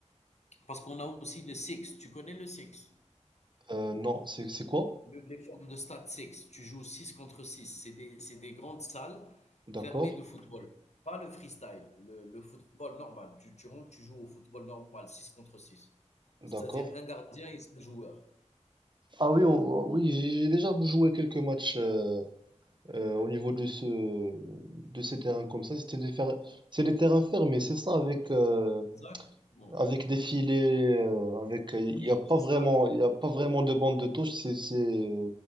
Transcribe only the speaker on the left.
Parce qu'on a aussi le six. Tu connais le six?
Le- les formes de stade 6, tu joues 6 contre 6. C'est des, c'est des grandes salles
fermées de football. Pas le freestyle, le, le football normal. Tu, tu rentres, tu joues au football normal, 6 contre 6.
C'est-à-dire un gardien et cinq joueurs.
Exactement.
Exact.